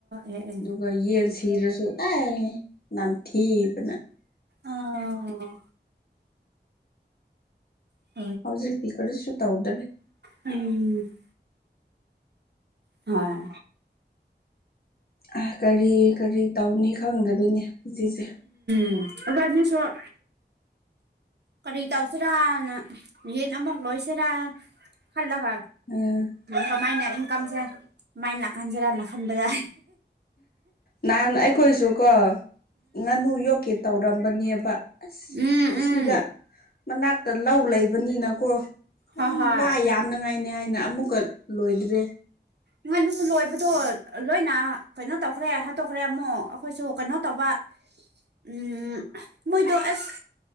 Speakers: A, on the right; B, on the left.
A: ꯑꯦ ꯑꯦ
B: ꯑꯗꯨꯒꯥ ꯌꯦꯟ ꯁꯤꯔꯁꯨ ꯑꯦ ꯅꯝꯊꯤꯕꯅꯥ꯫
A: ꯑꯥꯑꯥꯥ <unintelligible>
B: ꯍꯧꯖꯤꯛꯇꯤ ꯀꯔꯤꯁꯨ ꯇꯧꯗꯔꯦ
A: ꯎꯝ ꯍꯣꯏ
B: ꯑ ꯀꯔꯤ ꯀꯔꯤ ꯇꯧꯅꯤ ꯈꯪꯗꯕꯤꯅꯦ ꯍꯧꯖꯤꯛꯁꯦ
A: ꯎꯝ <unintelligible> ꯀꯔꯤ ꯇꯧꯁꯤꯔꯥꯅ ꯌꯦꯟ ꯑꯃꯨꯛ ꯂꯣꯏꯁꯤꯔ ꯈꯜꯂꯒꯥ꯫
B: ꯎꯝ
A: ꯀꯃꯥꯏꯅ ꯏꯟꯀꯝꯁꯦ ꯃꯥꯏ ꯂꯛꯈꯟꯖꯔꯥ ꯅꯥ ꯈꯟꯕꯗꯥ
B: ꯅꯍꯥꯟ ꯑꯩꯈꯣꯏꯁꯨ ꯀꯣ ꯉꯥꯅꯨ ꯌꯣꯛꯀꯦ ꯇꯧꯔꯝꯕꯅꯦꯕ ꯑꯁ
A: ꯎꯝ
B: ꯑꯁꯤꯗ
A: ꯎꯝ
B: ꯃꯅꯥꯛꯇ ꯂꯧ ꯂꯩꯕꯅꯤꯅꯀꯣ
A: ꯍꯣꯏ
B: ꯎ
A: ꯍꯣꯏ
B: ꯋꯥ ꯅꯪ ꯑꯩꯅꯤ ꯍꯥꯏꯅ ꯑꯃꯨꯛꯀ ꯂꯣꯏꯗ꯭ꯔꯦ
A: ꯉꯥꯅꯨ ꯂꯣꯏꯕꯗꯣ ꯂꯣꯏꯅ ꯀꯩꯅꯣ ꯇꯧꯈ꯭ꯔꯦ ꯍꯥꯠꯇꯣꯛꯈ꯭ꯔꯦ ꯑꯃꯨꯛ ꯑꯩꯈꯣꯏꯁꯨ ꯀꯩꯅꯣ ꯇꯧꯕ ꯎꯝ ꯃꯣꯏꯗꯣ ꯑꯁ